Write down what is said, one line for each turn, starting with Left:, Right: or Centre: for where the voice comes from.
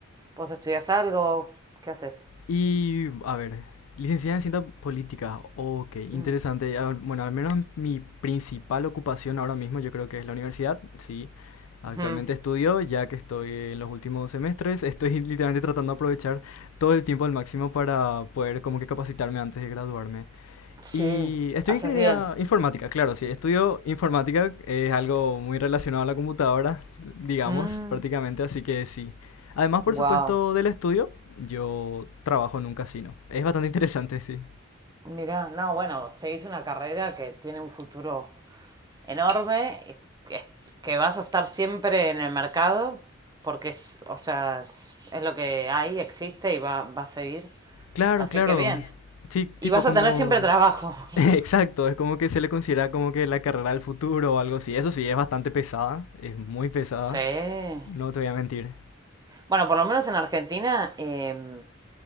Right: ¿Vos estudias algo? ¿Qué haces?
Left: Y, a ver, licenciada en ciencias políticas, ok, interesante.
Right: Mm.
Left: Ah, Bueno, al menos mi principal ocupación ahora mismo yo creo que es la universidad, sí. Actualmente
Right: Ujú.
Left: estudio, ya que estoy en los últimos semestres, estoy <laughs> literalmente tratando de aprovechar todo el tiempo al máximo para poder como que capacitarme antes de graduarme.
Right: Sí,
Left: Y estudio
Right: haces
Left: ingeniería
Right: bien.
Left: informática, claro, sí. Estudio informática, es algo muy relacionado a la computadora, digamos,
Right: Mm.
Left: prácticamente, así que sí. Además, por
Right: Wow.
Left: supuesto, del estudio, yo trabajo en un casino. Es bastante interesante, sí.
Right: Mirá, no, bueno, se hizo una carrera que tiene un futuro enorme, y que, que vas a estar siempre en el mercado, porque es, o sea, es, es lo que hay, existe y va, va a seguir.
Left: Claro,
Right: Así
Left: claro.
Right: que bien.
Left: Sí,
Right: Y
Left: tipo
Right: vas
Left: como...
Right: a tener siempre trabajo.
Left: <laughs>
Right: <laughs>
Left: Exacto, es como que se le considera como que la carrera del futuro o algo así. Eso sí, es bastante pesada, es muy pesada,
Right: Sí.
Left: no te voy a mentir.
Right: Bueno, por lo menos en Argentina, eh,